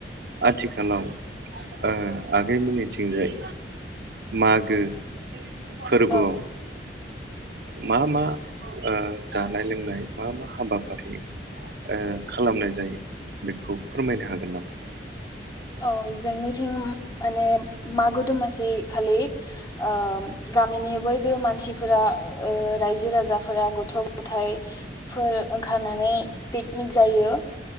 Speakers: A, on the right; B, on the left.
A: आथिखालाव ओ आगैमोननिथिंजाय मागो फोरबोआव
B: औ
A: मा मा ओ जानाय लोंनाय मा मा हाबाफारि ओ खालामनाय जायो बेखौ फोरमायनो हागोन नामा
B: औ जोंनिथिं माने मागो दमासि खालि ओ गामिनि बयबो मानसिफोरा ओ रायजो राजाफोरा गथ' गथायफोर ओंखारनानै पिकनिक जायो